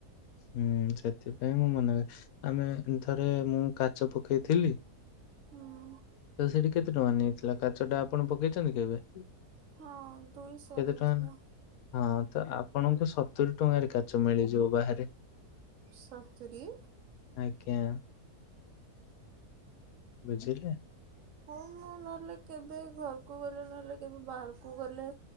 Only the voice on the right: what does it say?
ହୁଁ
ହଁ ଦୁଇଶ
ନେଇଥିଲ।
ସତୁରି।
ହଁ ମୁଁ ନହେଲେ କେବେ ଘରକୁ ଗଲେ ନହେଲେ କେବେ ବାହାରକୁ ଗଲେ